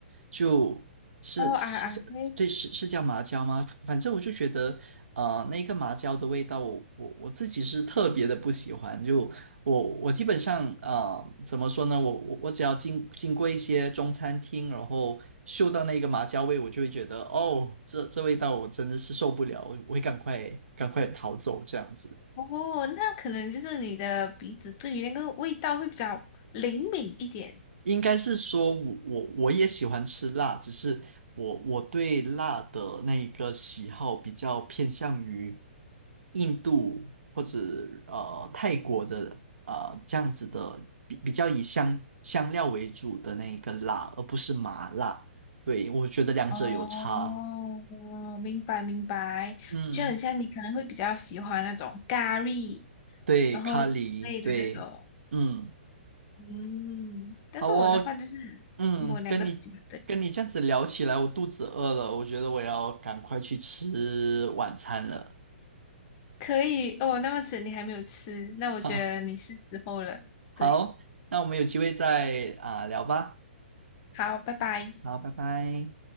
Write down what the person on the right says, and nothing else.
就是是叫对是是叫麻椒吗？
反正我就觉得，呃，那个麻椒的味道我，我我自己是特别的不喜欢，就我我基本上啊，怎么说呢？我我我只要经经过一些中餐厅，然后嗅到那个麻椒味，我就会觉得哦，这这味道我真的是受不了，我会赶快赶快逃走这样子。
应该是说我我我也喜欢吃辣，只是我我对辣的那个喜好比较偏向于印度或者呃泰国的呃这样子的，比比较以香香料为主的那一个辣，而不是麻辣。对，我觉得两者有差。
嗯，
对，
咖喱，对，嗯，
好哦，嗯，跟你跟你这样子聊起来，我肚子饿了，我觉得我要赶快去吃晚餐了。
<laughs> 哈，好，
那我们有机会再啊、聊吧。
好，拜拜。